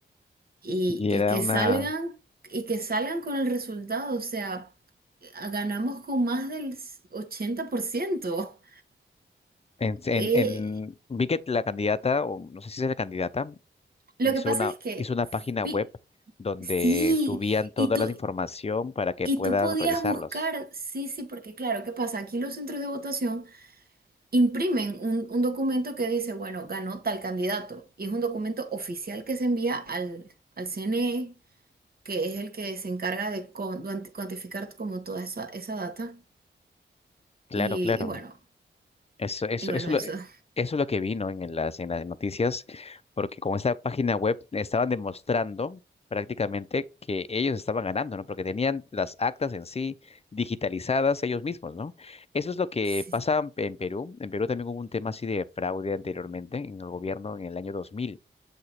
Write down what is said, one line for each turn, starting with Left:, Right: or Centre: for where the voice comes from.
Right: y,
Left: y
Right: y
Left: era
Right: que
Left: una,
Right: salgan y que salgan con el resultado, o sea, a- ganamos con más del s- 80%.
Left: En, en,
Right: Eh,
Left: en- vi que la candidata, o no sé si es la candidata,
Right: lo
Left: hizo
Right: que pasa
Left: una,
Right: es que
Left: hizo una página
Right: fi-
Left: web donde
Right: sí,
Left: subían toda
Right: y tú
Left: la información para que
Right: y
Left: puedan
Right: tú podías
Left: revisarlos.
Right: buscar, sí, sí, porque claro, ¿qué pasa? Aquí los centros de votación imprimen un, un documento que dice, bueno, ganó tal candidato, y es un documento oficial que se envía al, al CNE, que es el que se encarga de con- cuantificar como toda esa, esa data.
Left: Claro,
Right: Y,
Left: claro.
Right: y bueno,
Left: Eso, eso,
Right: y bueno,
Left: eso,
Right: eso.
Left: lo- eso
Right: <laughs>
Left: es lo que vino en las, en las noticias, porque con esta página web estaban demostrando prácticamente que ellos estaban ganando, ¿no? Porque tenían las actas en sí digitalizadas ellos mismos, ¿no? Eso es lo que
Right: Sí.
Left: pasa en Perú. En Perú también hubo un tema así de fraude anteriormente en el gobierno en el año dos mil